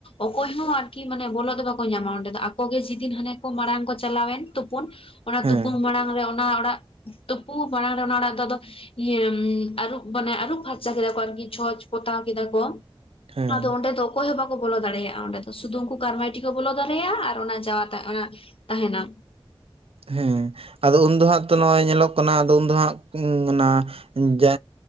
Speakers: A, on the left; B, on the right.
A: ᱚᱠᱚᱭ ᱦᱚᱸ ᱟᱨᱠᱤ ᱢᱟᱱᱮ ᱵᱚᱞᱚᱜ ᱫᱚ ᱵᱟᱠᱚ ᱧᱟᱢᱟ ᱚᱸᱰᱮ ᱫᱚ ᱟᱠᱚᱜᱮ ᱡᱮᱫᱤᱱ ᱦᱟᱱᱮ ᱠᱚ ᱢᱟᱲᱟᱝ ᱠᱚ ᱪᱟᱞᱟᱣᱮᱱ ᱛᱩᱯᱩᱱ ᱾ ᱚᱱᱟ
B: ᱦᱮᱸ
A: ᱛᱩᱯᱩᱱ ᱢᱟᱲᱟᱝᱨᱮ ᱚᱱᱟ ᱚᱲᱟᱜ ᱛᱩᱯᱩ ᱢᱟᱲᱟᱝ ᱨᱮ ᱚᱱᱟ ᱚᱲᱟᱜ ᱫᱚ ᱟᱫᱚ ᱤᱭᱟᱹ ᱟᱹᱨᱩᱵ ᱢᱟᱱᱮ ᱟᱹᱨᱩᱵ ᱯᱷᱟᱨᱪᱟ ᱠᱮᱫᱟ ᱠᱚ ᱟᱨᱠᱤ ᱪᱷᱚᱸᱪ ᱯᱚᱛᱟᱣ ᱠᱮᱫᱟ ᱠᱚ
B: ᱦᱮᱸ
A: ᱟᱫᱚ ᱚᱸᱰᱮ ᱫᱚ ᱚᱠᱚᱭ ᱦᱚᱸ ᱵᱟᱠᱚ ᱵᱚᱞᱚ ᱫᱟᱲᱮᱭᱟᱜᱼᱟ᱾ ᱚᱸᱰᱮ ᱫᱚ ᱥᱩᱫᱩ ᱩᱱᱠᱩ ᱠᱟᱨᱢᱟᱭᱴᱤ ᱠᱚ ᱵᱚᱞᱚ ᱫᱟᱲᱮᱭᱟᱜᱼᱟ ᱟᱨ ᱚᱱᱟ ᱡᱟᱣᱟ ᱛᱟᱦᱮᱱᱟ᱾
B: ᱦᱮᱸ ᱟᱫᱚ ᱩᱱᱫᱚ ᱦᱟᱸᱜ ᱛᱚ ᱱᱚᱜᱼᱚᱭ ᱧᱮᱞᱚᱜ ᱠᱟᱱᱟ ᱟᱫᱚ ᱩᱱᱫᱚ ᱦᱟᱸᱜ ᱚᱱᱟ ᱡᱮ